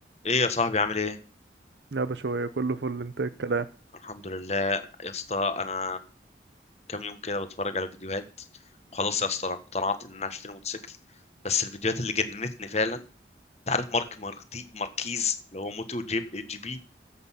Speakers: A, on the left (about 35°); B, on the right (about 75°).
A: ايه يا صاحبي عامل ايه
B: لا بشوية كله فل انت إيه الكلام
A: الحمد لله يا اسطى انا كام يوم كده بتفرج على فيديوهات وخلاص يا اسطى انا اقتنعت ان انا هشتري موتوسيكل بس الفيديوهات اللي جننتني فعلا انت عارف مارك مارتي ماركيز اللي هو موتو جي جي بي